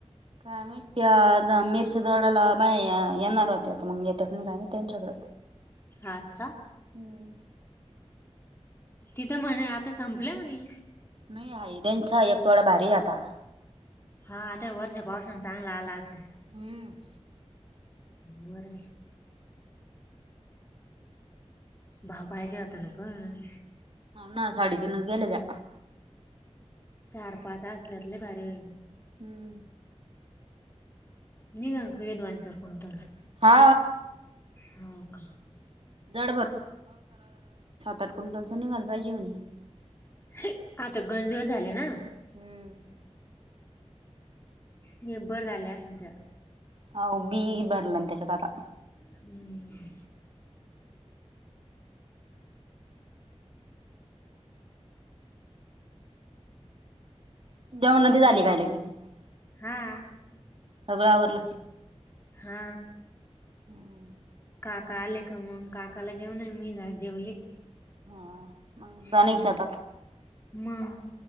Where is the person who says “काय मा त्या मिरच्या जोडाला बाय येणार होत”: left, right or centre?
Right